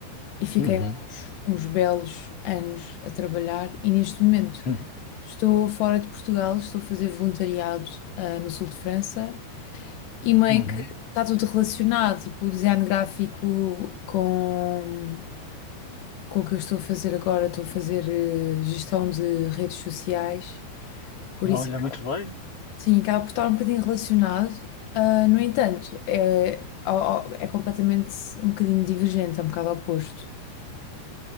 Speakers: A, on the left (about 80°); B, on the left (about 35°).
A: E fiquei
B: Uhum.
A: uns, uns belos anos a trabalhar e neste momento
B: Uhum.
A: estou fora de Portugal, estou a fazer voluntariado, ah, no sul de França e meio
B: Uhum.
A: que está tudo relacionado, tipo o design gráfico com, com o que eu estou a fazer agora, estou a fazer eh, gestão de redes sociais, por
B: Olha,
A: isso acaba-
B: muito bem.
A: sim, acaba por estar um bocadinho relacionado. Ah, no entanto, é, ó- ó- é completamente um bocadinho divergente, é um bocado oposto.